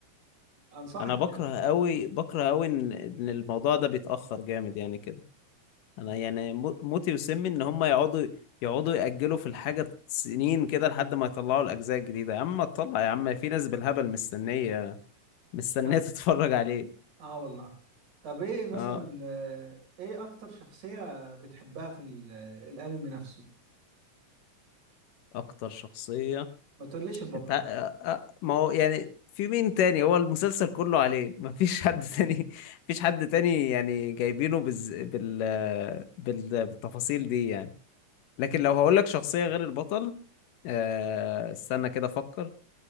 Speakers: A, on the right (about 65°); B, on the left (about 80°).
A: انصحك
B: أنا بكره
A: يعني
B: أوي بكره أوي إن إن الموضوع ده بيتأخر جامد يعني كده انا يعني مو- موتي وسمي ان هم يقعدوا يقعدوا يأجلوا في الحاجة سنين كده لحد ما يطلعوا الأجزاء الجديدة يا عم طلع يا عم في ناس بالهبل مستنية مستنية
A: طب
B: <laughs> تتفرج عليه
A: اه والله طب ايه مثلا
B: اه
A: آه، ايه اكتر شخصية بتحبها في ال- الانمي نفسه
B: أكتر شخصية
A: ما تقوليش البطل
B: أنت آه، آه، ما هو يعني في مين تاني هو المسلسل كله عليه <laughs> مفيش حد تاني <laughs> مفيش حد تاني يعني جايبينه بز... بال... آه، بال... بالتفاصيل دي يعني لكن لو هقولك شخصية غير البطل آه، استنى كده أفكر